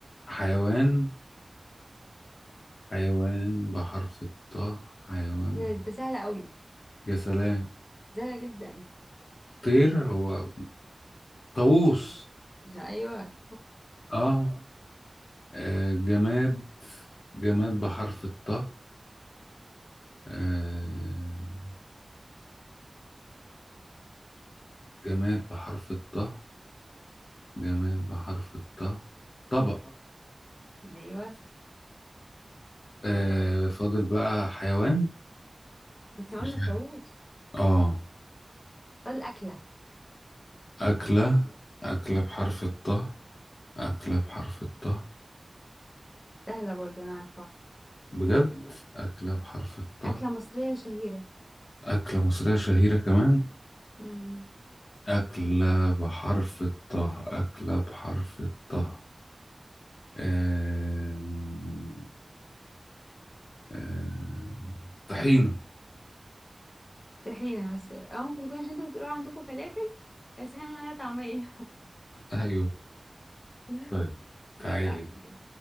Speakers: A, on the left; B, on the left.
A: حيوان حيوان بحرف الطاء حيوان
B: ده,
A: بحرف.
B: ده سهل قوي
A: يا سلام
B: زهقة جدا
A: طير هو طاووس
B: مش ايوه
A: اه آه، جماد جماد بحرف الطاء آه جماد بحرف الطاء جماد بحرف الطاء طبق
B: <laughs> ايوه
A: آه فاضل بقى حيوان
B: احنا
A: مش
B: قلنا الطاووس
A: عارف. اه
B: فاضل اكله
A: أكلة أكلة بحرف الطاء أكلة بحرف الطاء
B: سهله برضو انا عارفه واحده
A: بجد أكلة بحرف الطاء
B: اكله مصريه شهيره
A: أكلة مصرية شهيرة كمان
B: امم
A: أكلة بحرف الطه أكلة بحرف الطه آم، آم، طحينة
B: طحينه بس او ممكن تكون عشان انتوا بتقولوا عندكم فلافل بس احنا بنقول عليها طعميه
A: أيوه
B: <laughs>
A: طيب تعالي
B: صح
A: بقى.
B: كده